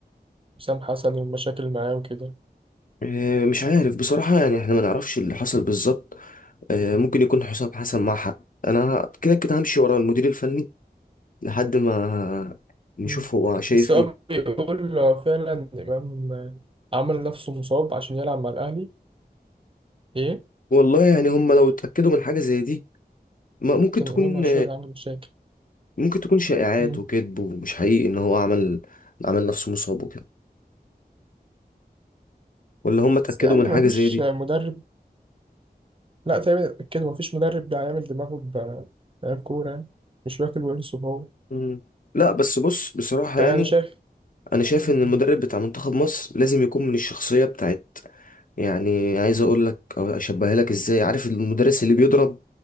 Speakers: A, on the right; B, on the left.
A: حسام حسن والمشاكل معاه وكده
B: إيه، مش عارف بصراحة يعني احنا ما نعرفش اللي حصل بالظبط إيه، ممكن يكون حسام حسن مع حق أنا كده كده همشي ورا المدير الفني لحد ما نشوف
A: مم.
B: هو شايف
A: بس هو
B: إيه
A: بيقول هو فعلا إمام عمل نفسه مصاب عشان يلعب مع الأهلي إيه
B: والله يعني هم لو اتأكدوا من حاجة زي دي ما- ممكن
A: كان
B: تكون
A: إمام عاشور عمل مشاكل
B: ممكن تكون شائعات
A: مم.
B: وكذب ومش حقيقي ان هو عمل عمل نفسه مصاب وكده ولا هم اتأكدوا
A: بس يعني
B: من حاجة
A: مفيش
B: زي دي
A: مدرب لا تقريبا كده مفيش مدرب بيعمل دماغه بلعيب كورة يعني. مش واكل ورثه هو
B: مم. لا بس بص بصراحة
A: فيعني
B: يعني
A: شايف
B: انا شايف
A: مم.
B: ان المدرب بتاع منتخب مصر لازم يكون من الشخصية بتاعت يعني عايز اقول لك او اشبهها لك ازاي عارف المدرس اللي بيضرب